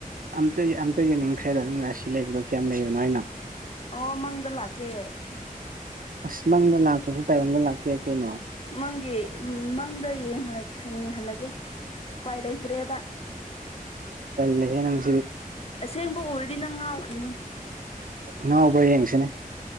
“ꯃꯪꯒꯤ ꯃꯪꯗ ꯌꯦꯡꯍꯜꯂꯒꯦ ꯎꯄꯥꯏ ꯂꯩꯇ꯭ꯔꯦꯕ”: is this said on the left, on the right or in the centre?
Left